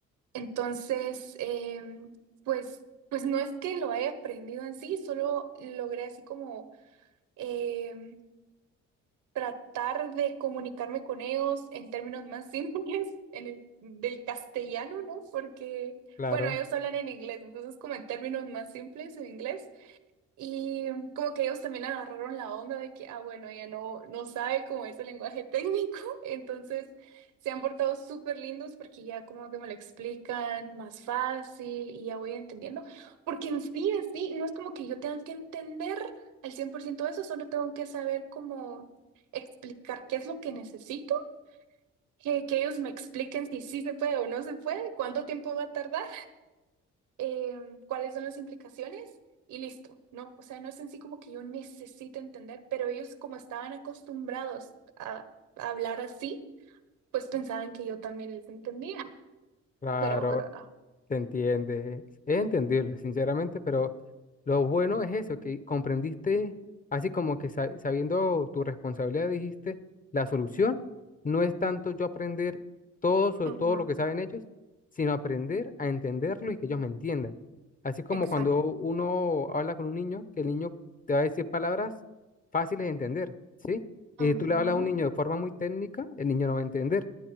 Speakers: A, on the right (about 75°); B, on the left (about 25°).
A: Entonces, em, pues, pues no es que lo haya aprendido en sí, solo logré así como em, tratar de comunicarme con ellos en términos más <laughs> simples, en el, del castellano, ¿no? Porque,
B: Claro,
A: bueno, ellos hablan en inglés, entonces como en términos más simples en inglés. Y como que ellos también agarraron la onda de que, ah, bueno, ella no, no sabe cómo es el lenguaje técnico, <laughs> entonces se han portado súper lindos porque ya como que me lo explican más fácil y ya voy entendiendo, porque en sí, en sí, no es como que yo tenga que entender al 100% eso, solo tengo que saber cómo explicar qué es lo que necesito, que, que ellos me expliquen si sí se puede o no se puede, cuánto tiempo va a tardar em, cuáles son las implicaciones y listo, ¿no? O sea, no es en sí como que yo necesite entender, pero ellos como estaban acostumbrados a, a hablar así, pues pensaban que yo también les entendía,
B: claro,
A: pero, pero no.
B: Se entiende, es entendible, sinceramente, pero lo bueno es eso, que comprendiste, así como que sa- sabiendo tu responsabilidad, dijiste, la solución no es tanto yo aprender todo, so-
A: Ujú,
B: todo lo que saben ellos, sino aprender a entenderlo y que ellos me entiendan. Así como
A: exacto.
B: cuando uno habla con un niño, que el niño te va a decir palabras fáciles de entender, ¿sí? Y
A: Ujú,
B: si tú le hablas a un niño de forma muy técnica, el niño no va a entender